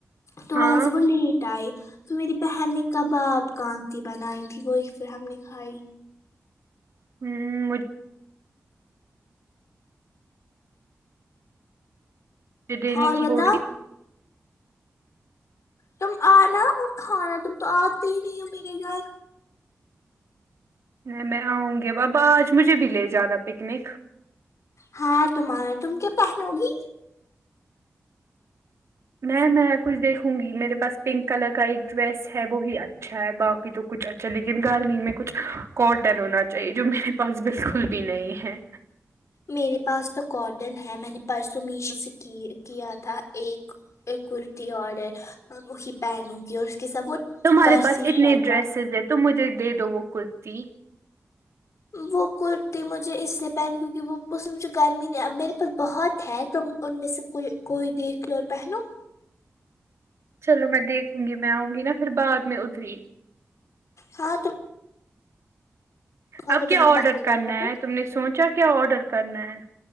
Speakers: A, on the left; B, on the right.
A: تو
B: ہاں
A: وہاں سے وہ لیٹ آئے تو میری بہن نے کباب کا تی بنائی تھی وہی فیر ہم نے کھائی
B: آمم مجھ مجھے دے
A: اور
B: نی تھی
A: بتا
B: تھوڑی سی
A: تم آنا اور کھانا تم تو آتی ہی نہیں ہو میرے گھر
B: نہیں میں آؤں گی اب آج مجھے بھی لے جانا پکنک
A: ہاں تمہارا تم کیا پہنو گی
B: میں میں کچھ دیکھوں گی میرے پاس پنک کلر کا ایک ڈریس ہے وہی اچ چھا ہے باکی تو کچھ اچھا لیکن گرمی میں کچھ کاٹن ہونا چاہیے جو میرے پ پاس بالکل بھی نہیں ہے
A: میرے پاس تو کاٹن ہے میں نے پرسوں میشو سے کی کیا تھا ایک ایک کرتی اڈر میں وہی پہنوں گی اور اس کے سب وہ
B: تمہارے
A: فرسی
B: پاس اتنے
A: شلوار
B: ڈریسزز ہے تم مجھے دے دو وہ کرتی
A: وہ کرتی مجھے اس لیے پہنی کیونکہ وہ اس میں مجھے گرمی نہیں میرے پاس بہت ہے تو ان میں سے کوئی کوئی دیکھ لو اور پہنو
B: چلو میں دیکھوں گی میں آؤں گی نا پھر بعد میں ادھری
A: ہاں تو اگر
B: اب کیا
A: تمہیں پسند
B: آڈر کرنا
A: آئے گا تو
B: ہے تم نے سوچا کیا آڈر کرنا ہے